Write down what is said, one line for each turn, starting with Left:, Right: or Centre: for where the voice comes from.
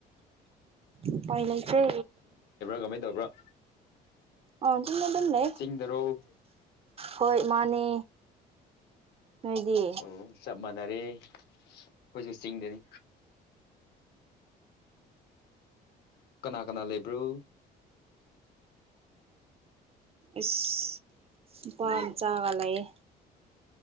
Right: ꯎꯄꯥꯏ ꯂꯩꯇ꯭ꯔꯦ
Left: ꯀꯃꯥꯏ ꯇꯧꯕ꯭ꯔꯥ
Right: ꯑꯥ ꯆꯨꯝꯅ ꯑꯗꯨꯝ ꯂꯩ
Left: ꯆꯤꯡꯗꯔꯣ ꯑ
Right: ꯍꯣꯏ ꯃꯥꯅꯦ ꯅꯣꯏꯗꯤ
Left: ꯑꯣ ꯆꯞ ꯃꯅꯔꯦ ꯀꯣꯏꯁꯨ ꯆꯤꯡꯗꯅꯤ ꯀꯅꯥ ꯀꯅꯥ ꯂꯩꯕ꯭ꯔꯣ
Right: ꯏꯁ ꯅꯨꯄꯥ
Left: ꯅꯦꯠ
Right: ꯃꯆꯥꯒꯥ ꯂꯩꯌꯦ